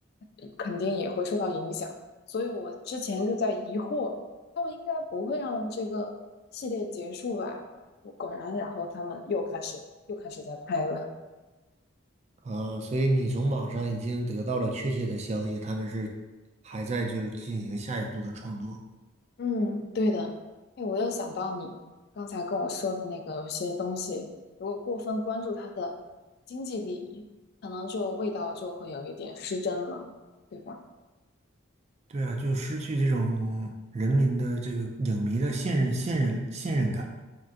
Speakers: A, on the left; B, on the right.
A: 呃肯定也会受到影响。所以我之前就在疑惑，他们应该不会让这个系列结束吧？果果然，然后他们又开始又开始在拍了。
B: 呃，所以你从网上已经得到了确切的消息，他们是还在就是进行下一步的创作。
A: 嗯，对的。哎，我又想到你刚才跟我说的那个，有些东西如果过分关注它的经济利益，可能就味道就会有一点失真了，对吧？
B: 对啊，就失去这种人民的这个影迷的信任、信任、信任感。